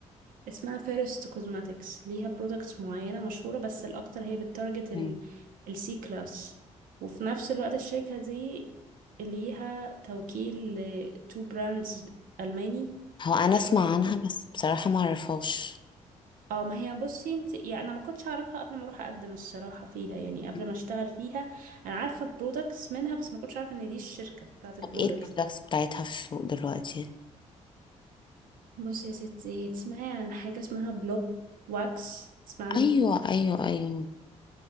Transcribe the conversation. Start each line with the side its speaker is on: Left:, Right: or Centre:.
Right: اسمها فيرست كوزماتكس ليها برودكتس معينة مشهورة بس الأكتر هي بتارجت
Left: مم.
Right: السي كلاس وفي نفس الوقت الشركة دي ليها توكيل لتو براندز ألماني
Left: هو انا
Right: شورت
Left: اسمع عنها بس بصراحة ما اعرفهاش
Right: اه ما هي بصي انت يعني انا ما كنتش اعرفها قبل ما اروح اقدم الصراحه فيها يعني قبل
Left: مم.
Right: ما اشتغل فيها انا عارفه برودكتس منها بس ما كنتش عارفه ان دي الشركه بتاعت البرودكتس
Left: طب ايه البرودكتس بتاعتها في السوق دلوقتي
Right: بصي يا ستي تسمعي عن حاجه اسمها بلوب واكس تسمعي عنه
Left: ايوه ايوه ايوه